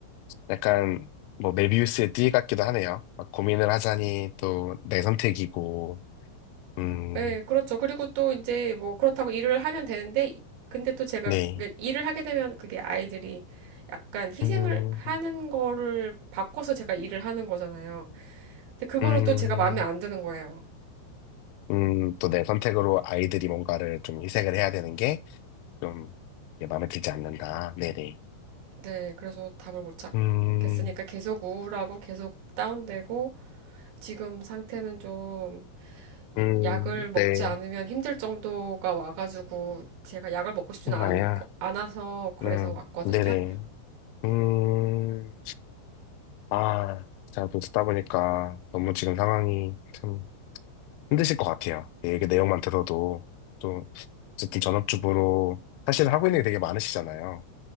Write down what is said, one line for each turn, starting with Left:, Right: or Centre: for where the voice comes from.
Left: 약간 뭐 메비우스의 띠 같기도 하네요. 막 고민을 하자니 또 내 선택이고, 음,
Right: 네, 그렇죠. 그리고 또 이제 뭐 그렇다고 일을 하면 되는데, 이- 근데 또 제가
Left: 네,
Right: 그 일을 하게 되면 그게 아이들이 약간 희생을
Left: 음,
Right: 하는 거를 바꿔서 제가 일을 하는 거잖아요. 근데 그거는
Left: 음,
Right: 또 제가 마음에 안 드는 거예요.
Left: 음, 또 내 선택으로 아이들이 뭔가를 좀 희생을 해야 되는 게좀 마음에 들지 않는다. 네네.
Right: 네, 그래서 답을 못 찾겠으니까
Left: 음,
Right: 계속 우울하고 계속 다운되고 지금 상태는 좀
Left: 음,
Right: 약을 먹지
Left: 네.
Right: 않으면 힘들 정도가 와가지고 제가 약을 먹고 싶지는
Left: 정말야.
Right: 않, 않아서 그래서
Left: 음,
Right: 왔거든요.
Left: 네네. 음. 아, 제가 또 듣다 보니까 너무 지금 상황이 참 힘드실 것 같아요. 예, 그 내용만 들어도 또 어쨌든 전업주부로 사실 하고 있는 게 되게 많으시잖아요.